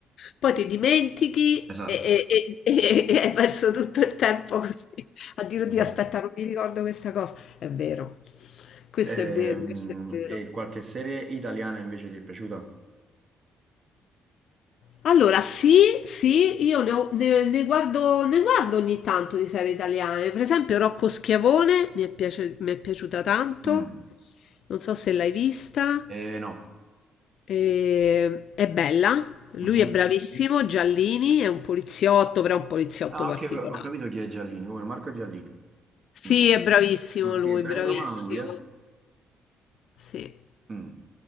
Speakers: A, on the left; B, on the right.
A: Poi ti dimentichi
B: Esatto.
A: e, e- e- e- e hai perso tutto il tempo così a dire,
B: Esatto.
A: oddio, aspetta, non mi ricordo questa cosa. È vero, questo
B: Ehm,
A: è vero, questo è vero.
B: E, qualche serie italiana invece ti è piaciuta?
A: Allora, sì, sì, io ne, ho- ne- ne guardo, ne guardo ogni tanto di serie italiane. Per esempio, Rocco Schiavone mi è, piace- mi è piaciuta tanto.
B: Mm.
A: Non so se l'hai vista.
B: Eh, no.
A: E- è bella. Lui
B: Mhm.
A: è bravissimo. Giallini è un poliziotto, però è un poliziotto
B: Ah,
A: particolare.
B: ok, ho capito chi è Giallini, come Marco Giallini.
A: Sì,
B: Mm.
A: è bravissimo
B: Mm, sì,
A: lui,
B: è bel
A: bravissimo.
B: romano lui, eh?
A: Sì.
B: Mm.